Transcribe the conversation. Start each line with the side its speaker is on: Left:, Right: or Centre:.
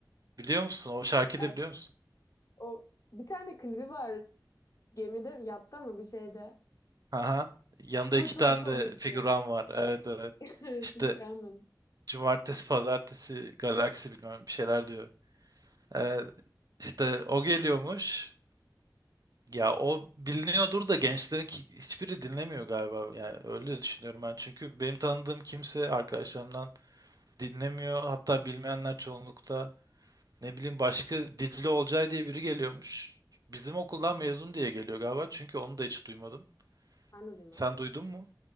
Right: Biliyor musun? O şarkıyı
Left: Evet,
Right: da biliyor musun?
Left: o bir tane klibi var. Gemide, yatta mı bir şeyde.
Right: Aha. Yanında
Left: O
Right: iki
Left: çok
Right: tane
Left: komikti.
Right: de figüran var. Evet evet.
Left: <laughs> Evet,
Right: İşte
Left: Hiç beğenmedim.
Right: Cumartesi, pazartesi, galaksi bilmem bir şeyler diyor. Ee, işte o geliyormuş. Ya o biliniyordur da gençlerin ki- hiçbiri dinlemiyor galiba. Yani öyle düşünüyorum ben. Çünkü benim tanıdığım kimse arkadaşlarımdan dinlemiyor. Hatta bilmeyenler çoğunlukta. Ne bileyim başka Dicle Olcay diye biri geliyormuş. Bizim okuldan mezun diye geliyor galiba. Çünkü onu da hiç duymadım.
Left: Ben de duymadım.
Right: Sen duydun mu?